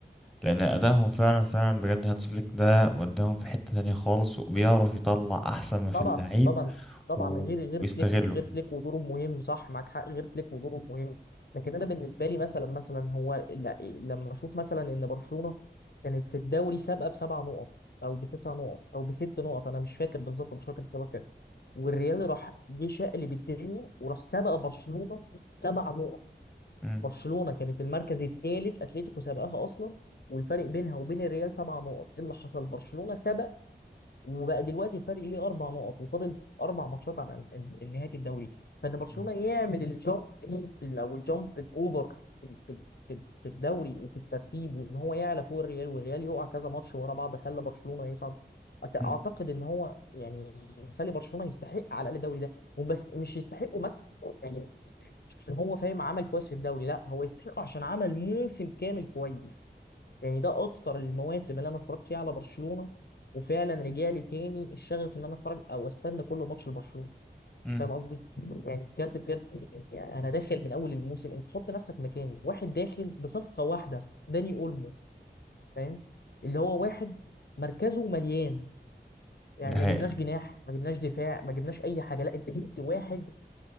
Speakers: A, in the centre; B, on the left.
A: لأن أدائهم فعلا فعلا بجد هانس فليك ده وداهم في حتة تانية خالص وبيعرف يطلع أحسن ما في
B: طبعا
A: اللعيب
B: طبعا طبعا
A: و-
B: غير غير
A: ويستغله
B: فليك غير فليك ودوره مهم صح معاك حق غير فليك ودوره مهم لكن انا بالنسبه لي مثلا مثلا هو ل- لما اشوف مثلا ان برشلونه كانت في الدوري سابقه بسبع نقط او بتسع نقط او بست نقط انا مش فاكر بالظبط برشلونه كانت سابقه كام والريال راح جه شقلب الدنيا وراح سابق برشلونه سبع نقط
A: مم.
B: برشلونه كانت المركز الثالث اتلتيكو سابقاها اصلا والفرق بينها وبين الريال سبع نقط ايه اللي حصل برشلونه سبق وبقى دلوقتي الفرق ليه اربع نقط وفاضل اربع ماتشات على ال- ال- نهايه الدوري فان برشلونه
A: مم.
B: يعمل الجامب دي، في- او الجامب الاوفر في في في في الدوري وفي الترتيب وان هو يعلى فوق الريال والريال يقع كذا ماتش ورا بعض خلى برشلونه يصعد أت-
A: مم.
B: اعتقد ان هو يعني يخلي برشلونه يستحق على الاقل الدوري ده وبس مش يستحقه بس يعني يستحق مش عشان هو فاهم عمل كويس في الدوري لا هو يستحقه عشان عمل موسم كامل كويس يعني ده اكتر المواسم اللي انا اتفرجت فيها على برشلونه وفعلا رجع لي تاني الشغف ان انا اتفرج او استنى كل ماتش لبرشلونه
A: مم.
B: فاهم قصدي؟ يعني بجد بجد يعني انا داخل من اول الموسم انت حط نفسك مكاني واحد داخل بصفقه واحده داني اولمو فاهم؟ اللي هو واحد مركزه مليان يعني
A: دي
B: ما
A: حقيقة
B: جبناش جناح ما جبناش دفاع ما جبناش اي حاجه لا انت جبت واحد